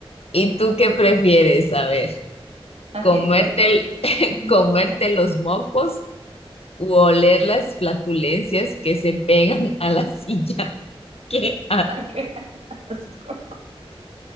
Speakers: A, on the left; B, on the right.
A: y tú qué prefieres? A ver,
B: Ay,
A: comerte
B: pues yo.
A: el- comerte
B: <laughs>
A: los mocos u oler las flatulencias que se pegan a la silla. <laughs> ¿Qué
B: Qué asco.